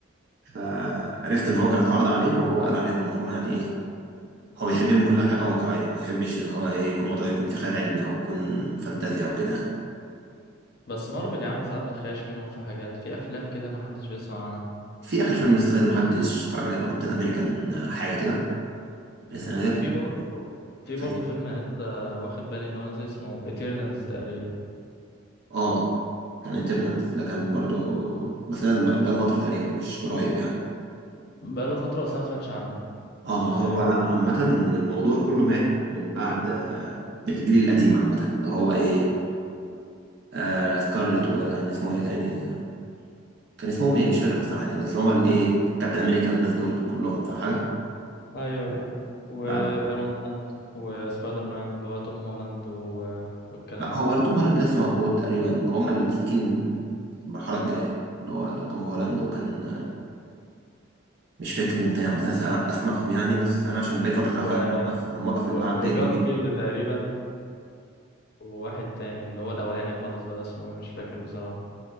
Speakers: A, on the right; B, on the left.
A: فعرفت ان هو كان اتعرض عليه وهو قال عليهم ان هم يعني ايه هو بيحب يعمل كل
B: آه.
A: حاجه واقعيه ما يحبش ان هو إيه يكون موضوع يكون في خيال علمي او يكون فانتازيا او كده يعني
B: بس مارفل يا عم ساعات بتخيش منهم في حاجات في افلام كده ما حدش بيسمع عنها
A: في اخر فيلم لسه نازل محدش اتفرج عليه اللي هو كابتن امريكان حاجه كده لسه نازل
B: وفي برضه في برضه
A: خايف.
B: فيلم انا لسه واخد بالي ان هو نازل اسمه ايترنالز تقريبا
A: اه كان انترنال ده كان برضو بس نازل بقاله فتره تقريبا مش قريب يعني
B: بقاله فترة بس انا ما سمعتش عنه
A: اه ما
B: انت فاهم
A: هو لا عامة الموضوع كله مات من بعد آه، الجيل القديم عامة اللي هو ايه آه سكارلت وكان اسمه ايه تاني كان اسمهم ايه مش فاكر الصراحة يعني بس اللي هو الايه كابتن امريكان والناس دول كلهم فاهم حاجة؟
B: ايوه ايوه وايرون
A: بعد
B: مان وسبايدر مان اللي هو توم هولاند و... والكلام
A: لا هو
B: ده كله
A: ولا توم هولاند لسه موجود تقريبا هم اللي ماسكين المرحلة الجاية اللي هو توم هولاند وكان آه، مش فاكر مين تاني مثلا أسماء- اسمائهم يعني بس انا عشان بقالي فترة صراحة
B: و...
A: انا موقف انا موقف
B: و...
A: من بعد
B: وجارفيلد
A: اند جيم
B: تقريبا وواحد تاني اللي هو الاولاني خالص بقى اسمه ايه مش فاكر بصراحة